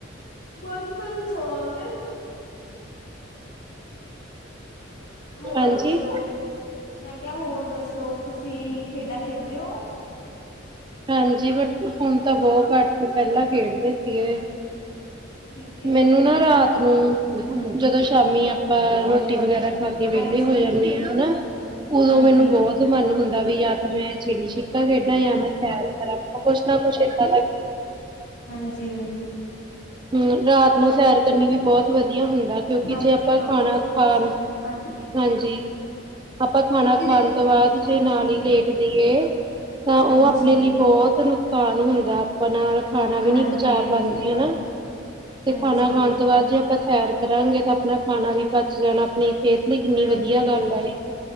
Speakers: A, on the left (about 70°); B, on the right (about 25°).
A: ਬਸ ਬਲ ਸੌ ਤੇ, ਹੋਰ
B: ਹਾਂਜੀ
A: ਦੱਸੋ ਮੈਂ ਕਿਹਾ, ਹੋਰ ਦੱਸੋ? ਸੋ ਤੁਸੀਂ ਖੇਡਾਂ ਖੇਡਦੇ ਹੋ?
B: ਹਾਂਜੀ, ਬਟ ਹੁਣ ਤਾਂ ਬਹੁਤ ਘੱਟ ਪਹਿਲਾਂ ਖੇਡਦੇ ਸੀਗੇ।
A: ਠੀਕ ਹੈ
B: ਮੈਨੂੰ
A: ਜੀ
B: ਨਾ ਰਾਤ ਨੂੰ ਜਦੋਂ ਸ਼ਾਮੀ ਆਪਾਂ ਰੋਟੀ ਵਗੈਰਾ। ਖ ਕੇ ਵਿਹਲੇ
A: ਹਾਂਜੀ।
B: ਹੋ ਜਾਂਦੇ ਆ ਹਨਾ, ਉਦੋਂ
A: ਹਾਂਜੀ,
B: ਮੈਨੂੰ ਬਹੁਤ ਮਨ ਹੁੰਦਾ। ਵੀ ਜਾਂ ਤਾਂ ਮੈਂ ਚਿੜੀ ਛਿੱਕਾ ਖੇਡਾਂ ਜਾਂ ਮੈਂ ਸੈਰ ਕਰਾਂ ਕੁੱਛ ਨਾ ਕੁਛ ਏਦਾਂ ਦਾ ਕਰ,
A: ਹਾਂਜੀ-ਹਾਂਜੀ,
B: ਹੂੰ, ਰਾਤ ਨੂੰ ਸੈਰ ਕਰਨੀ ਵੀ ਬਹੁਤ ਵਧੀਆ, ਵਧੀਆ ਹੁੰਦਾ, ਕਿਉਂਕਿ
A: ਹਾਂਜੀ
B: ਜੇ ਆਪਾਂ
A: ਕਿਉਂਕਿ
B: ਖਾਣਾ-ਖਾਣ
A: ਦੇਖੋ ਹਾਂਜੀ
B: ਹਾਂਜੀ। ਆਪਾਂ
A: ਕਿਉਂਕਿ
B: ਖਾਣਾ-ਖਾਣ
A: ਦੇ
B: ਤੋਂ ਬਾਅਦ
A: ਹਾਂਜੀ,
B: ਜੇ ਨਾਲ ਹੀ ਲੇਟ ਜਾਈਏ। ਤਾਂ ਉਹ
A: ਹਾਂਜੀ,
B: ਆਪਣੇ ਲਈ ਬਹੁਤ ਨੁਕਸਾਨ ਹੁੰਦਾ ਆਪਣਾ। ਖਾਣਾ ਵੀ ਨੀ
A: ਹਾਂਜੀ,
B: ਪਹੁੰਚਾ
A: ਹਾਂਜੀ,
B: ਪਾਦੇ ਹਨਾ, ਤੇ
A: ਹਾਂਜੀ,
B: ਖਾਣਾ ਖਾਣ ਤੋਂ ਬਾਅਦ ਜੇ ਆਪਾਂ ਸੈਰ ਕਰਾਂਗੇ, ਤਾਂ ਆਪਣਾ ਖਾਣਾ ਵੀ ਪਚ ਜਾਣਾ ਆਪਣੀ ਸਿਹਤ ਲਈ ਕਿੰਨੀ
A: ਹਾਂਜੀ।
B: ਵਧੀਆ ਗੱਲ ਐ